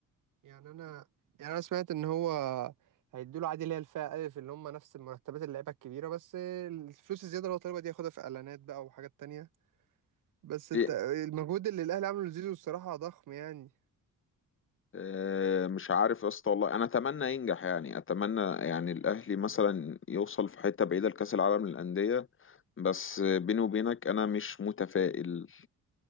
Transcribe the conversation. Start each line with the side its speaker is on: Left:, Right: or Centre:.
Right: يعني انا يعني انا سمعت ان هو هيدوا له عادي اللي هي الفئه الف اللي هم نفس مرتبات اللعيبه الكبيره بس الفلوس الزياده اللي هو طالبها دي ياخدها في اعلانات بقى وحاجات تانية بس الت-
Left: إيه
Right: المجهود اللي الاهلي عامله لزيزو الصراحه ضخم يعني
Left: آه، مش عارف يا اسطى والله انا اتمنى ينجح يعني اتمنى يعني الاهلي مثلا يوصل في حته بعيده لكاس العالم للانديه بس بيني وبينك انا مش متفائل